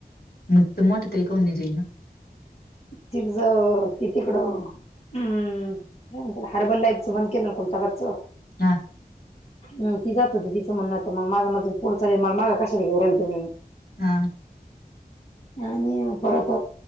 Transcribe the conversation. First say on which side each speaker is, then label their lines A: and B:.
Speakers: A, on the left (about 70°); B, on the left (about 40°).
A: म मोठ ते आहे कोणणी जाई ना
B: ति ज त तिकडं हम्मला हरबल्यपस बन केला कुलता बच
A: हा
B: हम ती जात होती तिचं म्हण मग माझा माझ पुढं चाल मला मागा कशाला घऊ राहिल तुम्ही
A: हा
B: आणि परत